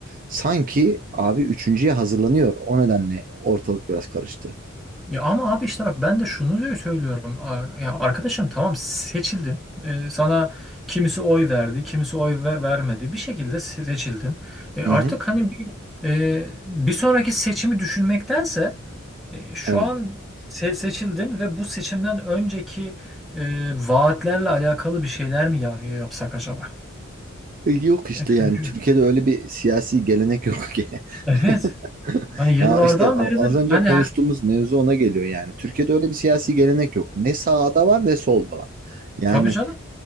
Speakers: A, on the right (about 40°); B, in the centre.
A: sanki abi üçüncüye hazırlanıyor. O nedenle ortalık biraz karıştı.
B: Ya ama abi işte bak ben de şunu söylüyorum. A- Ya arkadaşım tamam seçildin. Ee, sana kimisi oy verdi, kimisi oy ve- vermedi. Bir şekilde se- seçildin. E, artık
A: Hı hı.
B: hani bir e, bir sonraki seçimi düşünmektense e, şu
A: Evet.
B: an se- seçildin ve bu seçimden önceki e, vaatlerle alakalı bir şeyler mi ya yapsak acaba?
A: Yok işte
B: E,
A: yani
B: çünkü
A: Türkiye'de öyle bir siyasi gelenek yok ki.
B: evet.
A: <laughs>
B: Hani yıllardan
A: Ya işte a-
B: beridir
A: az önce
B: hani
A: konuştuğumuz mevzu ona geliyor yani. Türkiye'de öyle bir siyasi gelenek yok. Ne sağda var ne solda var. Yani
B: tabii canım.